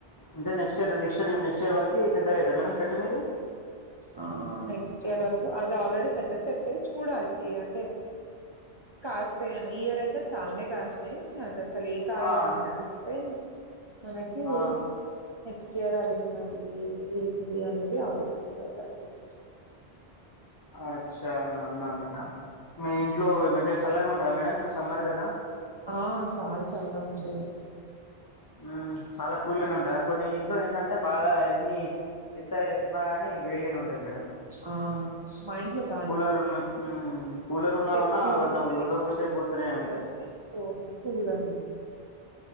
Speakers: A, on the left; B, on the right.
A: అంటే next year next year next year వరకి పెద్ద అవుతాయా మేడం చెట్టు మీద
B: ఆ నెక్స్ట్ ఇయర్ వరకు అది ఆల్రెడీ పెద్ద చెట్టే చూడాలి ఈగ అంటే కాస్తాయి అని ఈ ఇయర్ అయితే చాలానే కాసినయ్ అసలు ఏ కాయో
A: ఆ,
B: అని
A: ఓకే
B: తెలిస్తే మనకి
A: ఆ,
B: నెక్స్ట్ ఇయర్ అదేమది ఏంటిది అనేది ఆలోచించాలి గురించి
A: అచ్చా అవునా మేడం మీ ఇంట్లో మంచిగా చల్లగా ఉంటదా మేడం ఇప్పుడు సమ్మర్ కదా
B: ఆ చాలా చల్లగా ఉంటుదండి
A: ఉమ్ చాలా కూల్గానే ఉంటుంది డా కొన్ని ఇంట్లో ఏంటంటే బాగా ఎన్ని ఎంత ఉన్నా గాని వేడిగానే ఉంటది. మేడం
B: ఆ మా ఇంట్లో బాగానే
A: కూలర్ ఉన్న మ్మ్ కూలర్ ఉన్నా
B: చెట్లు
A: కూడా కొంచెం
B: ఉంటాయి
A: ఉడకపోసేపోతూనే
B: కదా
A: ఉంటది
B: క్రోము కూల్గానే ఉంటాది